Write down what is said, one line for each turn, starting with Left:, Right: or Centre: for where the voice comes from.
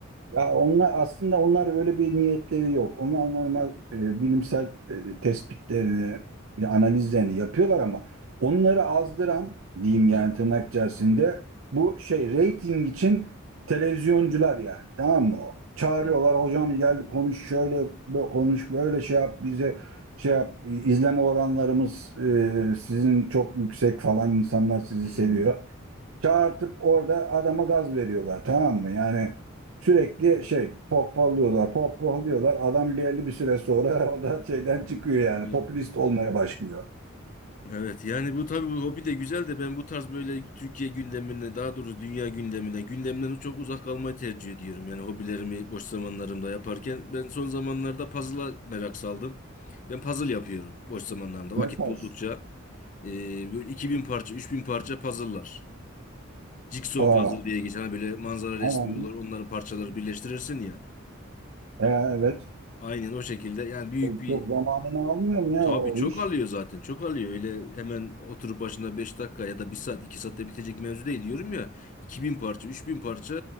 Right: Ya onlar aslında onlar böyle bir niyetleri yok. Onlar normal e, bilimsel e, tespitlerini, e, analizlerini yapıyorlar ama onları azdıran diyeyim yani tırnak içerisinde bu şey reyting için televizyoncular yani tamam mı? Çağırıyorlar
Left: Hı.
Right: hocam gel konuş şöyle bö- konuş böyle şey yap bize şey yap izleme oranlarımız e, sizin çok yüksek falan insanlar sizi
Left: Hmm.
Right: seviyor çağırtıp orada adama gaz veriyorlar tamam mı? Yani sürekli şey pohpohluyorlar, pohpohluyorlar. Adam belli bir süre sonra <laughs> o da şeyden çıkıyor yani
Left: Evet,
Right: popülist olmaya başlıyor.
Left: Evet, yani bu tabii bu hobi de güzel de ben bu tarz böyle Türkiye gündemine daha doğrusu dünya gündemine gündemden çok uzak kalmayı tercih ediyorum. Yani hobilerimi boş zamanlarımda yaparken ben son zamanlarda puzzle'a merak saldım. Ben puzzle yapıyorum boş zamanlarımda vakit
Right: Ne tarz?
Left: buldukça. Ee, böyle 2000 parça 3000 parça puzzle'lar. Jigsaw
Right: Aa,
Left: puzzle diye geçen hani böyle manzara resmi
Right: aa,
Left: olur onların parçaları birleştirirsin ya.
Right: e, evet.
Left: Aynen o şekilde yani büyük
Right: Çok,
Left: bir
Right: çok zamanını almıyor mu ya
Left: Tabii
Right: o o
Left: çok
Right: iş?
Left: alıyor zaten. Çok alıyor. Öyle hemen oturup başına 5 dakika ya da bir saat 2 saatte bitecek mevzu değil diyorum ya. 2000 parça 3000 parça